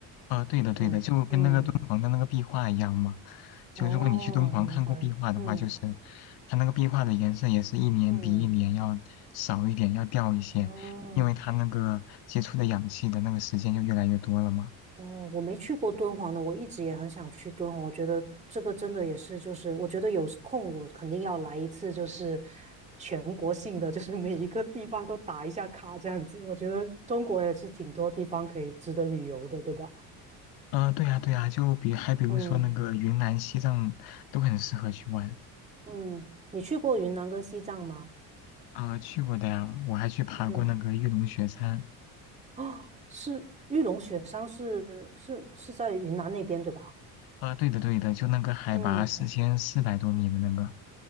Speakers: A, on the left; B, on the right.
A: 啊，对的对的，
B: 嗯嗯，
A: 就跟那个敦煌的那个壁画一样嘛。就如果你去敦煌看过壁画的话，
B: 哦，明白，嗯
A: 就是它那个壁画的颜色也是一年比一年要少一点，
B: 嗯，
A: 要掉一些，
B: 哦。
A: 因为它那个接触的氧气的那个时间就越来越多了嘛。
B: 哦，我没去过敦煌呢，我一直也很想去敦煌。我觉得这个真的也是，就是我觉得有空我肯定要来一次，就是全国性的，就是每一个地方都打一下卡这样子。我觉得中国也是挺多地方可以值得旅游的，对吧？
A: 啊，对呀对呀，就比还比如说那个云南、
B: 嗯
A: 西藏都很适合去玩
B: 嗯，你去过云南跟西藏吗？
A: 啊，去过的呀，我还去爬过那个玉龙雪山。
B: 嗯，哦，是玉龙雪山是是是在云南那边对吧？
A: 啊，对的对的，就那个海拔四千四百多米的那个。
B: 嗯，